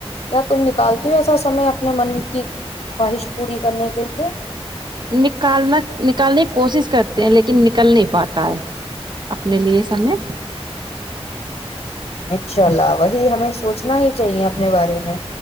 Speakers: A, on the left; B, on the right.
A: کیا تم نکالتے ہو ایسا سمے۔ اپنے من کی خواہش پوری کرنے کے لیے۔
B: نکالنا نکالنے کی کوشش کر۔ تے ہے لیکن نکل نہیں پاتا ہے۔ اپنے لیے سمے۔
A: انشاء اللہ وہی ہمیں سوچنا ہی چاہیے اپنے بارے میں۔